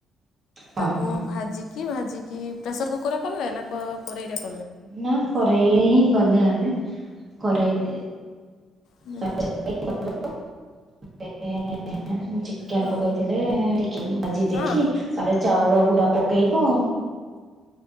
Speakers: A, on the right (about 30°); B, on the left (about 75°).
A: ହଁ
B: ତାକୁ
A: ହଁ
B: ଭାଜି କି ଭାଜିକି ପ୍ରେସର କୁକର କଲେ ନା କ-କରେଇ କ
A: ନା କରେଇ ହିଁ କଲି ଆମେ କରେଇରେ
B: ହୁଁ
A: <inaudible> <unintelligible> ଚିକେନ
B: ହଁ
A: ପକେଇଥିଲେ ଟିକେ ଭାଜି
B: ହଁ
A: ଦେଇକି ତାପରେ ଚାଉଳ ଗୁଡା ପକେଇବ।